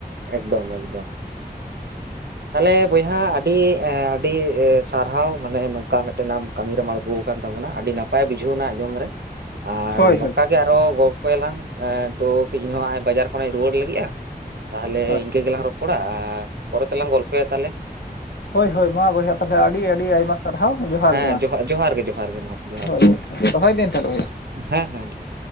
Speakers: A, on the right; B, on the left.
A: ᱮᱠᱫᱚᱢ ᱮᱠᱫᱚᱢ᱾ ᱛᱟᱦᱚᱞᱮ ᱵᱚᱭᱦᱟ ᱟᱹᱰᱤ ᱮ ᱟᱹᱰᱤ ᱮ ᱥᱟᱨᱦᱟᱣ ᱢᱟᱱᱮ ᱱᱚᱝᱠᱟ ᱢᱤᱱᱴᱮᱱ ᱟᱢ ᱠᱟᱹᱢᱤ ᱨᱮᱢ ᱟᱬᱜᱚ ᱟᱠᱟᱱ ᱛᱟᱵᱚᱱᱟ ᱟᱹᱰᱤ ᱱᱟᱯᱟᱭ ᱵᱩᱡᱷᱟᱹᱣᱱᱟ ᱟᱸᱡᱚᱢ ᱨᱮ ᱟᱨ
B: ᱦᱳᱭ
A: ᱱᱚᱝᱠᱟ
B: ᱦᱳᱭ
A: ᱜᱮ ᱟᱨᱚ ᱜᱚ ᱨᱚᱯᱚᱭᱟᱞᱟᱝ ᱮ ᱛᱚ ᱠᱟᱹᱴᱤᱡ ᱤᱧᱦᱚᱸ ᱵᱟᱡᱟᱨ ᱠᱷᱚᱱᱤᱧ ᱨᱩᱭᱟᱹᱲ ᱞᱟᱹᱜᱤᱜᱼᱟ ᱛᱟᱦᱚᱞᱮ
B: ᱦᱳᱭ
A: ᱤᱱᱠᱟᱹ ᱜᱮᱞᱟᱝ ᱨᱚᱯ ᱯᱚᱲᱟ ᱟᱨ ᱯᱚᱨᱮ ᱛᱮᱞᱟᱝ ᱜᱚᱞᱯᱚᱭᱟ ᱛᱟᱦᱞᱮ᱾
B: ᱦᱳᱭ ᱦᱳᱭ ᱢᱟ ᱵᱚᱭᱦᱟ ᱛᱟᱦᱞᱮ ᱟᱰᱤ ᱟᱰᱤ ᱟᱭᱢᱟ ᱥᱟᱨᱦᱟᱣ ᱡᱚᱦᱟᱨ᱾
A: ᱦᱮᱸ,
B: ᱜᱮ ᱢᱟ
A: ᱡᱚᱦᱟ ᱡᱚᱦᱟᱨ ᱜᱮ ᱡᱚᱦᱟᱨ ᱜᱮ ᱢᱟ ᱛᱟᱦᱞᱮ᱾
B: ᱦᱳᱭ, ᱫᱚᱦᱚᱭᱫᱟᱹᱧ ᱛᱟᱦᱞᱮ ᱵᱚᱭᱦᱟ᱾
A: ᱦᱮᱸ ᱦᱮᱸᱫᱚᱦ